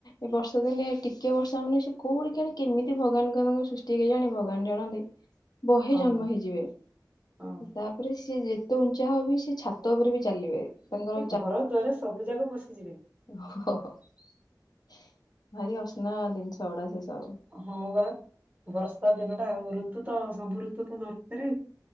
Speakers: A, on the left (about 60°); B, on the right (about 20°).
A: ଏ ବର୍ଷ ଦିନେ ଟିକେ ବର୍ଷା ହଉନି ସେ କୋଉଠି କେଜାଣି କେମିତି ଭଗବାନଙ୍କ ତାଙ୍କ ସୃଷ୍ଟି ହୁଏ ଜାଣେ ଭଗବାନ ଜଣନ୍ତି। ବହେ
B: ହଁ
A: ଜନ୍ମ ହେଇଯିବେ
B: ହଁ।
A: ତା ତାପରେ ସି ଯେତେ ଉଞ୍ଚା ହେବେ ସିଏ ଛାତ ଉପରେ ବି ଚାଲିବେ। ତାଙ୍କର
B: ସେ ଘର ଦ୍ୱାର ସବୁ ଯାକ ପସିଯିବେ।
A: ହ, ହ ଭାରି ଅସନା ଜିନିଷ ଗୁଡା ସେ ସବୁ।
B: ହଁ, ପରା ବର୍ଷା ଦିନ ଟା ଋତୁ ତ ସବୁ ଋତୁ ତ ଦରକାର୍।